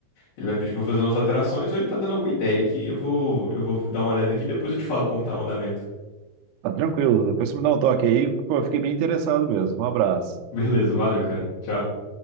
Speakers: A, on the left (about 55°); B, on the right (about 85°).
A: ele vai pedir pra eu fazer umas alterações ou ele tá dando alguma ideia aqui. Eu vou, eu vou dar uma olhada aqui e depois eu te falo como tá o andamento.
B: Tá tranquilo, depois você me dá um toque aí, pô, eu fiquei bem interessado mesmo. Um abraço.
A: <laughs> Beleza, valeu, cara. Tchau.